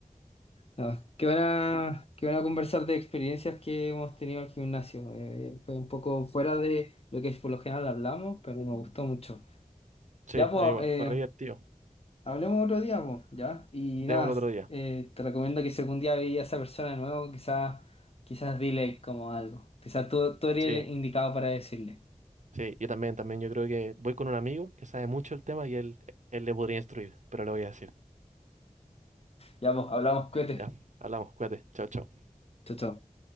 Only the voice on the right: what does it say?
Sí,
a mí igual,
fue re divertido.
Démoslo
otro día.
Sí,
sí, yo también, también. Yo creo que voy con un amigo que sabe mucho el tema y él, él le podría instruir, pero le voy a decir.
Ya, hablamos, cuídate. Chao, chao.